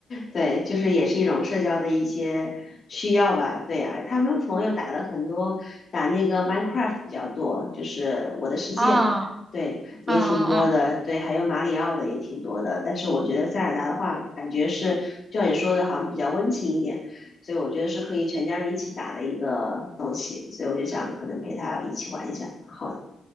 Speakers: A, on the left (about 50°); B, on the right (about 25°).
A: 对，就是也是一种社交的一些需要吧。对呀、他们朋友打的很多，打那个 Minecraft 比较多，就是我的世界，
B: 啊，
A: 对，也挺多的。
B: 嗯嗯嗯。
A: 对，还有马里奥的也挺多的。但是我觉得塞尔达的话，感觉是就像你说的，好像比较温情一点，所以我觉得是可以全家人一起打的一个东西。所以我就想，可能陪他一起玩一下。好，